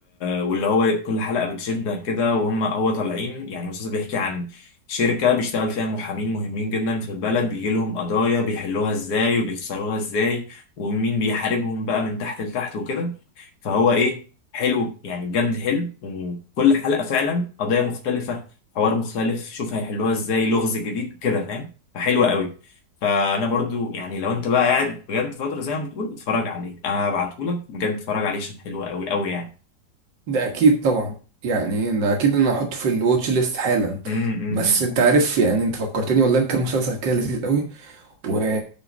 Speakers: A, on the left; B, on the right.
A: واللي هو كل حلقة بتشدك كده وهم هو طالعين يعني المسلسل بيحكي عن شركة بيشتغل فيها محامين مهمين جدا في البلد بيجي لهم قضايا بيحلوها ازاي وبيخسروها ازاي ومين بيحاربهم بقى من تحت لتحت وكده فهو ايه حلو يعني بجد حلو وكل حلقة فعلا قضايا مختلفة حوار مختلف شوف هيحلوها ازاي لغز جديد كده فاهم فحلوة قوي فانا برضو يعني لو انت بقى قاعد بجد فترة زي ما بتقول اتفرج عليه انا هبعتهولك بجد اتفرج عليه عشان حلو قوي قوي يعني
B: ده اكيد طبعا يعني ده اكيد انا هحطه في الواتش ليست حالا
A: امم امم
B: بس انت عارف يعني انت فكرتني والله بكام مسلسل كده لذيذ قوي و